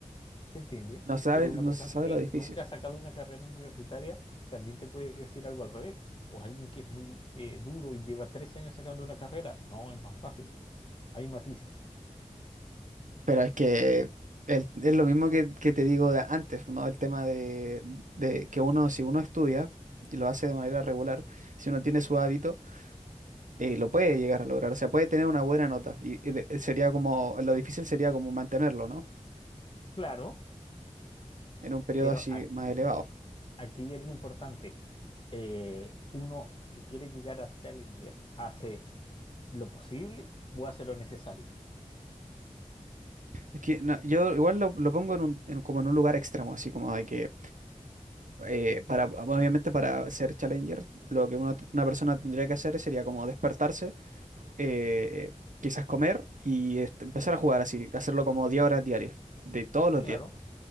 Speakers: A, on the left; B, on the right.
A: ¿Se entiende?
B: No saben,
A: Pero una
B: no
A: persona
B: se sabe
A: que
B: lo difícil.
A: nunca ha sacado una carrera universitaria también te puede decir algo al revés. O alguien que es muy eh, duro y lleva 13 años sacando una carrera, no, es más fácil. hay matices.
B: Pero es que el- es lo mismo que, que te digo de antes, ¿no? El tema de, de que uno, si uno estudia y lo hace de manera regular, si uno tiene su hábito, eh, lo puede llegar a lograr. O sea, puede tener una buena nota. Y, y de- sería como, lo difícil sería como mantenerlo, ¿no?
A: Claro,
B: En un periodo
A: pero
B: así
A: aquí,
B: más elevado.
A: aquí hay algo importante. Eh, uno, si quiere llegar a Challenger, hace lo posible o hace lo necesario.
B: Es que no, yo igual lo, lo pongo en un, en- como en un lugar extremo, así como de que, eh, para, obviamente para ser challenger, lo que uno- una persona tendría que hacer sería como despertarse. eh, quizás comer y este, empezar a jugar así, hacerlo como 10 horas diarias, de todos los
A: Claro,
B: días,